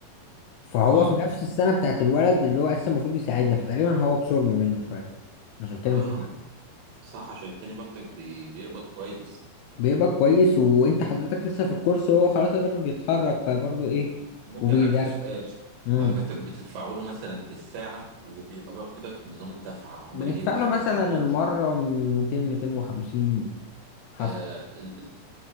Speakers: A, on the left; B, on the right.
A: فهو
B: اه
A: في نفس السنة بتاعت الولد اللي هو أساسا المفروض يساعدنا فتقريبا هو بصرم منه شوية عشان كده
B: اه
A: مش
B: صح عشان التاني برضك بي... بيقبض كويس
A: بيبقى كويس وانت حضرتك لسه في الكورس هو خلاص الراجل بيتخرج فبرضه ايه
B: طب ممكن
A: وبيدرس
B: عندي سؤال
A: امم
B: حضرتك بتدفعوا له مثلا بالساعة وبيبقى برضك نظام الدفع عبر
A: بندفع
B: ايه وهل
A: له مثلا
B: بتقابلوه
A: المرة 200 250 حسب
B: آه ل- ل-